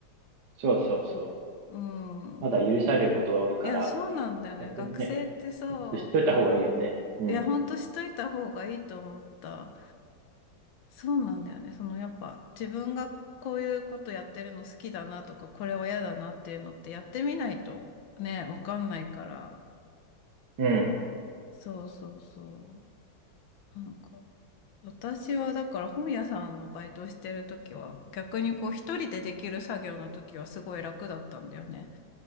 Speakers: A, on the right; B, on the left.
A: そうそうそう。
B: うん。
A: まだ許されることが多いから、
B: いや、そうなんだよね。
A: 逆にね、
B: 学生ってさ、
A: 知っといた方がいいよね。
B: うん。
A: うん、
B: いや、ほんとしといた方がいいと思った。そうなんだよね。そのやっぱ自分がこういうことやってるの好きだなとか、これは嫌だなっていうのってやってみないとね、わかんないから。
A: うん、
B: そうそうそう。なんか、私はだから本屋さんのバイトしてる時は、逆にこう一人でできる作業の時はすごい楽だったんだよね。